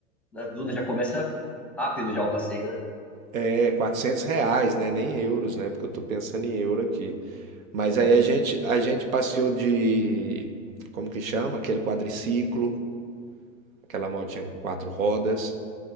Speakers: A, in the centre; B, on the right.
A: Nas dunas já começa rápido já o passeio, né?
B: É 400 reais, né? Nem euros, né? Porque eu tô pensando em euro aqui. Mas
A: Top.
B: aí a gente, a gente passeou de, como que chama? Aquele quadriciclo, aquela motinha com quatro rodas.